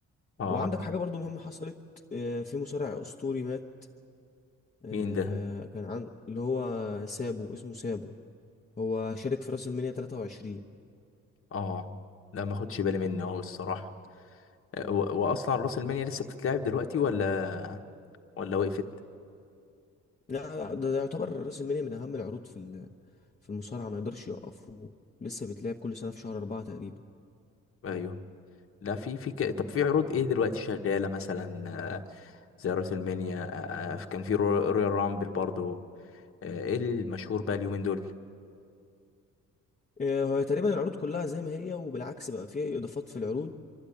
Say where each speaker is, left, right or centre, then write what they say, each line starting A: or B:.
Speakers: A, on the left; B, on the left.
A: اه
B: وعندك حاجه برضه مهمه حصلت آه، في مصارع اسطوري مات آه،
A: مين ده
B: كان عن اللي هو سابو اسمه سابو هو شارك في راس المنيا 23
A: اه لا ما خدش بالي منه هو الصراحة و- واصلا راس المال لسه بتتلعب دلوقتي ولا ولا وقفت
B: لا ده ده يعتبر راس المنيا من اهم العروض في ال- في المصارعه ما يقدرش يوقفوه لسه بيتلعب كل سنه في شهر أربعة تقريبا
A: ايوه لا في في ك... طب في عروض ايه دلوقتي شغاله مثلا آه، زي راس المانيا آه، كان في رو- رويال رامبل برضو آه، ايه المشهور بقى اليومين دول
B: آه، هو تقريبا العروض كلها زي ما هي وبالعكس بقى فيها اضافات في العروض